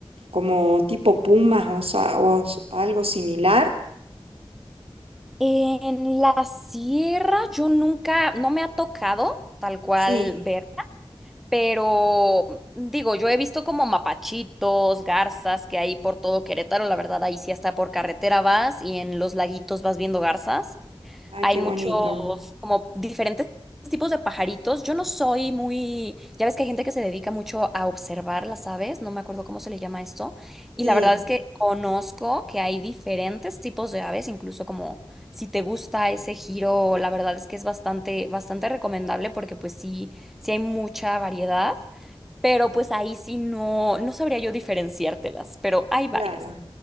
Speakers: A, on the right; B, in the centre.
A: como tipo pumas o, sa- o s- algo similar.
B: En la sierra yo nunca, no me ha tocado tal cual
A: Sí,
B: ver Pero mm, digo, yo he visto como mapachitos, garzas que hay por todo Querétaro, la verdad, ahí sí hasta por carretera vas y en los laguitos vas viendo garzas.
A: ay,
B: Hay
A: qué
B: muchos,
A: bonito.
B: como diferentes tipos de pajaritos. Yo no soy muy, ya ves que hay gente que se dedica mucho a observar las aves, no me acuerdo cómo se le llama esto. Y
A: Sí,
B: la verdad es que conozco que hay diferentes tipos de aves, incluso como si te gusta ese giro, la verdad es que es bastante, bastante recomendable porque pues sí, sí hay mucha variedad, pero pues ahí sí no, no sabría yo diferenciártelas, pero hay
A: claro.
B: varias.